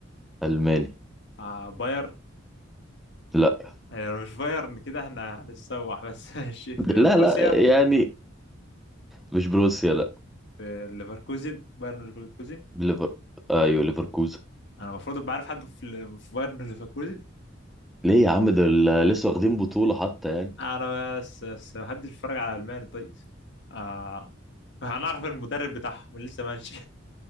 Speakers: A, in the centre; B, on the left.
A: ألماني
B: آه باير
A: لا
B: آه يعني مش بايرن كده احنا هنتسوح بس <laughs> ماشي في
A: لا
B: بروسيا
A: لا يعني مش بروسيا لا
B: في ليفركوزن بايرن ليفركوزن
A: ليفر ايوه ليفركوزن
B: أنا المفروض أبقى عارف حد في في بايرن <laughs> ليفركوزن
A: ليه يا عم ده ال- لسه واخدين بطولة حتى يعني
B: أنا بس بس محدش بيتفرج على ألماني طيب آه هنعرف المدرب بتاعهم اللي لسه ماشي